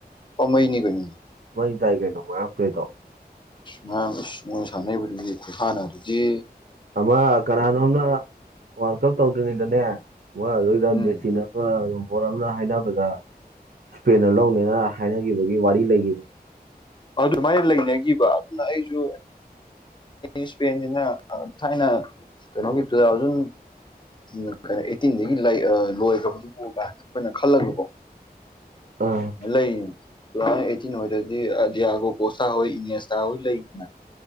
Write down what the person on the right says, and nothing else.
ꯃꯣꯏ ꯇꯥꯏ ꯀꯩꯗ ꯃ ꯍꯥ ꯇꯣ
ꯑꯃ ꯀꯅꯥꯅꯣꯝꯅ ꯋꯥꯔꯜ ꯀꯞ ꯇꯧꯗ꯭ꯔꯤꯉꯩꯗꯅꯦ ꯑꯃ ꯑꯗꯨꯏꯗ
ꯃꯦꯁꯤꯅ ꯔꯣꯕꯣꯠ ꯑꯃꯅ ꯍꯥꯏꯅꯕꯗ ꯏꯁꯄꯦꯟꯅ ꯂꯧꯅꯦꯅ ꯍꯥꯏꯅꯈꯤꯕꯒꯤ ꯋꯥꯔꯤ ꯂꯩꯈꯤꯕꯅꯤ
ꯑ